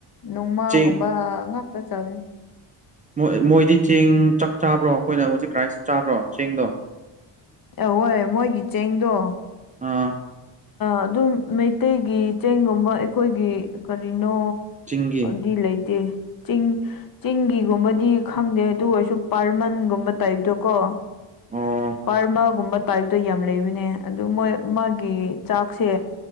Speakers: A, on the left (about 45°); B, on the right (about 20°).
A: ꯅꯣꯡꯃꯒꯨꯝꯕ
B: ꯆꯦꯡ
A: ꯉꯥꯛꯇ ꯆꯥꯕꯅꯤ
B: ꯣꯏ ꯃꯣꯏꯗꯤ ꯆꯦꯡ ꯆꯥꯛ ꯆꯥꯕ꯭ꯔꯣ ꯑꯩꯈꯣꯏꯅ ꯍꯧꯖꯤꯛ ꯔꯥꯏꯁ ꯆꯥꯕ꯭ꯔꯣ ꯆꯦꯡꯗꯣ
A: ꯑꯧ ꯍꯣꯏ ꯃꯣꯏꯒꯤ ꯆꯦꯡꯗꯣ
B: ꯑꯥ
A: ꯑꯗꯨꯝ ꯃꯩꯇꯩꯒꯤ ꯆꯦꯡꯒꯨꯝꯕ ꯑꯩꯈꯣꯏꯒꯤ ꯀꯔꯤꯅꯣ
B: ꯆꯤꯡꯒꯤ
A: ꯗꯤ ꯂꯩꯇꯦ ꯆꯤꯡ ꯆꯤꯡꯒꯤꯒꯨꯝꯕꯗꯤ ꯈꯪꯗꯦ ꯑꯗꯨ ꯑꯣꯏꯔꯁꯨ ꯄꯔꯃꯟꯒꯨꯝꯕ ꯇꯥꯏꯞꯇꯣ ꯀꯣ
B: ꯑꯣ
A: ꯄꯔꯃꯒꯨꯝꯕ ꯇꯥꯏꯞꯇ ꯌꯥꯝ ꯂꯩꯕꯅꯦ ꯑꯗꯨ ꯃꯣꯏ ꯃꯥꯒꯤ ꯆꯥꯛꯁꯦ